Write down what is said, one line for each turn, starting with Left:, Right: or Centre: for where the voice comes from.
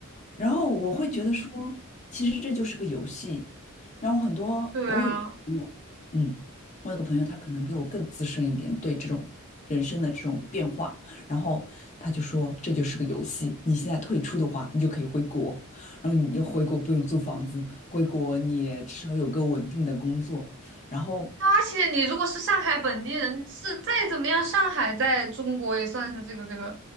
Left: 然后我会觉得说，其实这就是个游戏。然后很多我有朋友，
Right: 对啊。
Left: 嗯，我有个朋友，他可能比我更资深一点，对这种人生的这种变化，然后他就说这就是个游戏。你现在退出的话，你就可以回国，然后你又回国不用租房子，回国你也至少有个稳定的工作，然后。
Right: 而且你如果是上海本地人，是再怎么样，上海在中国也算是这个这个